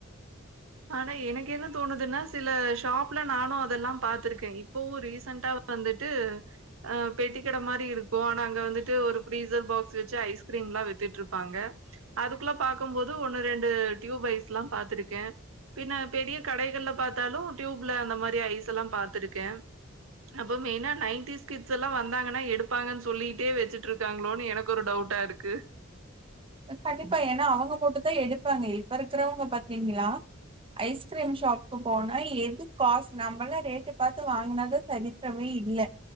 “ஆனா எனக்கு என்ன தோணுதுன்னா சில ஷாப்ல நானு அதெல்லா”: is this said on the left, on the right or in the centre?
Right